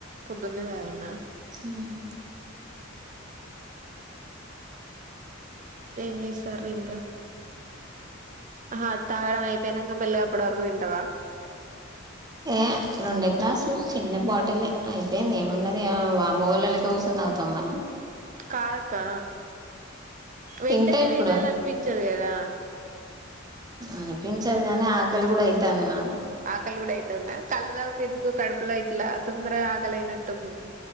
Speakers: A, on the right; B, on the right.
A: ద్దున్నే తాగన్న
B: హ్మ్
A: ఏం చేసినారు ఇంకా ఆహా తాగాడం అయిపోయినంకా మెల్లగా అప్పుడు వర్కు తింటవా
B: ఏ రెండే గ్లాసు లే చిన్న బాటిల్ లే అయిపోయింది, ఏమున్నది అమ్మ వోళ్ళ లెక్క కూసోని తాగుతామ మనం
A: కాద్ అక్కా వెంటనే
B: తింటా ఇప్పుడు
A: తినాల అనిపించదు కదా అ
B: అనిపించదు గానీ ఆకలి కూడా అయి తంది నాక్
A: ఆకలి కూడ అయితంద కళ్ దాగుతాయి ఎందుకో కడుపులా యిట్లా తొందర గా ఆకలి అయినట్టు బు న్